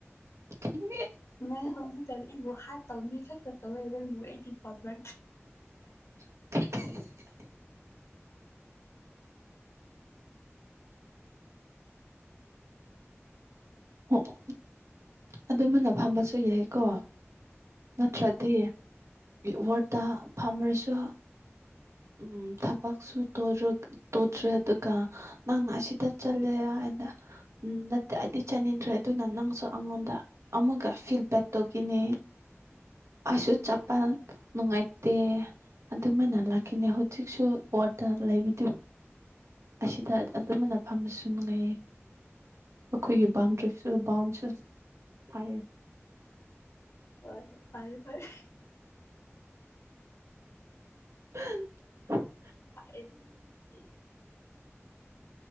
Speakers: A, on the right (about 75°); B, on the left (about 75°).
A: ꯈꯪꯗꯦ
B: ꯅꯪ ꯍꯧꯖꯤꯛꯛꯇꯅꯦ ꯑꯩꯕꯨ ꯍꯥꯠ ꯇꯧꯅꯤ ꯈꯛꯇ ꯇꯧꯋꯦ ꯅꯕꯨ ꯑꯩꯗꯤ ꯄꯥꯝꯕ꯭ꯔꯥ
A: ꯑꯦ ꯍ ꯍ ꯑꯣ ꯑꯗꯨꯃꯅ ꯐꯝꯕꯁꯨ ꯌꯥꯏꯀꯣ ꯅꯠꯇ꯭ꯔꯗꯤ ꯋꯥꯔꯠꯇ ꯐꯝꯔꯁꯨ ꯎꯝ ꯊꯕꯛꯁꯨ ꯇꯧꯔꯛ ꯇꯣꯗ꯭ꯔꯦ ꯑꯗꯨꯒ ꯅꯪꯅ ꯑꯁꯤꯗ ꯆꯠꯂꯦ ꯍꯥꯢ ꯑꯗ ꯎ ꯅꯠꯇꯦ ꯑꯩꯗꯤ ꯆꯥꯅꯤꯡꯗ꯭ꯔꯦ ꯑꯗꯨꯅ ꯅꯪꯁꯨ ꯑꯩꯉꯣꯟꯗ ꯑꯃꯨꯀ ꯐꯤꯗꯕꯦꯛ ꯇꯧꯈꯤ ꯅꯦ ꯑꯁꯨ ꯆꯄꯜ ꯅꯨꯡꯉꯥꯏꯇꯦ ꯑꯗꯨꯃꯥꯏꯅ ꯂꯥꯛ ꯑꯩꯅꯦ ꯍꯧꯖꯤꯛꯁꯨ ꯋꯥꯠꯇ ꯂꯩꯕꯤꯗꯨ ꯑꯁꯤꯗ ꯑꯗꯨꯃꯅ ꯐꯝꯕꯁꯨ ꯅꯨꯡꯉꯥꯏꯌꯦ ꯑꯩꯈꯣꯏꯒꯤ ꯕꯥꯎꯟꯗ꯭ꯔꯤꯁꯨ ꯕꯥꯎꯟꯁꯨ ꯐꯥꯏꯌꯦ
B: ꯑꯗꯣ ꯐꯔꯦ ꯐꯔꯦ
A: <inaudible>
B: ꯍꯥꯢ ꯗꯤ